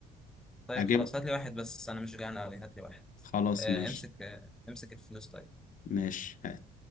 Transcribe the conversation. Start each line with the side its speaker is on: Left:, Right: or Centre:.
Centre: طيب
Left: اجيب
Centre: خلاص هات لي واحد بس انا مش جعان قوي هات لي واحد
Left: خلاص
Centre: آه
Left: ماشي
Centre: امسك آه امسك الفلوس طيب
Left: ماشي هات